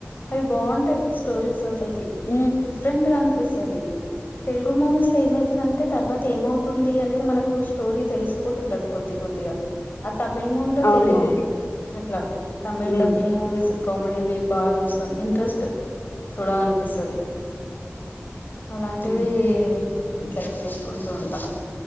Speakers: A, on the left; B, on the left.
A: అవి బాగుంటాయి స్టోరీస్ అసలకి
B: ఉమ్
A: డిఫరెంట్ గా అనిపిస్తది తెలుగు మూవీస్ లో ఏమయితుందంటే తర్వాత ఏమవుతుంది అనేది మనకు స్టోరీ తెలిసిపోతుంటది కొద్ది బొతిగా ఆ తమిళ్ మూవీలో
B: అవునవును
A: తెలీదు అట్లా తమిళ్
B: ఉమ్
A: డబ్బింగ్ మూవీస్ కామెడీవి బాగా చూస్తాను ఇంట్రెస్ట్ చూడాలనిపిస్తది అలాంటివి
B: ఉమ్
A: ఇంకరక్ చేసుకుంటు ఉంటా